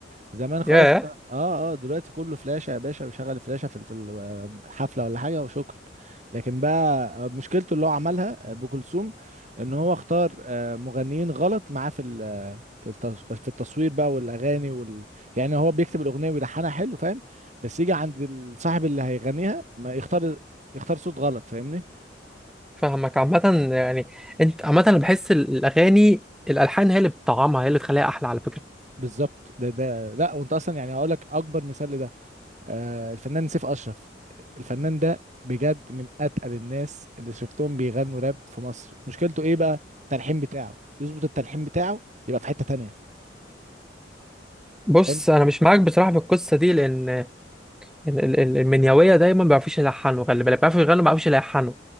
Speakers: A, on the right; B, in the centre.
A: زمان خالص
B: يا
A: بقى اه اه دلوقتي كله فلاشه يا باشا وشغل فلاشه في ال- في الحفله ولا حاجه وشكرا لكن بقى مشكلته اللي هو عملها ابو كلثوم ان هو اختار آه، مغنيين غلط معاه في في التص... في التصوير بقى والاغاني وال... يعني هو بيكتب الاغنيه ويلحنها حلو فاهم بس يجي عند الصاحب اللي هيغنيها ما يختار يختار صوت غلط فاهمني
B: فاهمك عامة يعني أنت عامة أنا بحس الأغاني الألحان هي اللي بتطعمها هي اللي بتخليها أحلى على فكرة
A: بالظبط ده ده لا وانت اصلا يعني هقول لك اكبر مثال لده آه الفنان سيف اشرف الفنان ده بجد من اتقل الناس اللي شفتهم بيغنوا راب في مصر مشكلته ايه بقى التلحين بتاعه يظبط التلحين بتاعه يبقى في حته تانية
B: بص
A: فاهم
B: أنا مش معاك بصراحة في القصة دي لأن ال- ال- ال- المنيوية دايما ما بيعرفوش يلحنوا خلي بالك بيعرفوا يغنوا ما بيعرفوش يلحنوا